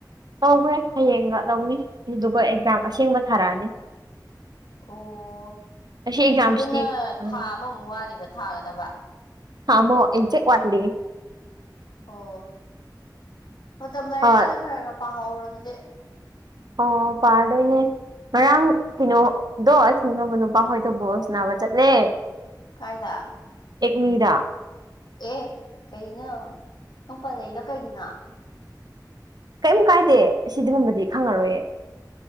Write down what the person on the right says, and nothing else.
ꯇꯧꯈ꯭ꯔꯦ ꯍꯌꯦꯡꯒ ꯇꯨꯅꯤ ꯑꯗꯨꯗꯨꯒ ꯑꯦꯛꯖꯥꯝ ꯑꯁꯦꯡꯕ ꯊꯥꯔꯛꯑꯅꯤ
ꯑꯁꯤ ꯑꯦꯛꯖꯥꯝꯁꯤꯗꯤ
ꯎꯝ
ꯊꯥ ꯑꯃ ꯑꯦꯛꯖꯦꯛ ꯋꯥꯠꯂꯤ
ꯍꯣꯏ
ꯑꯣ ꯄꯥꯔꯗꯣꯏꯅꯦ ꯉꯔꯥꯡ ꯀꯩꯅꯣꯗꯣ ꯑꯩ ꯈꯪꯅꯕ ꯅꯨꯄꯥ ꯍꯣꯏꯗꯣ ꯕꯣꯜ ꯁꯥꯟꯅꯕ ꯆꯠꯂꯦ
ꯑꯦꯛ ꯃꯤꯗꯥ
ꯀꯔꯤꯝ ꯀꯥꯏꯗꯦ ꯑꯁꯤꯗꯨꯒꯨꯝꯕꯗꯤ ꯈꯪꯉꯔꯣꯏꯌꯦ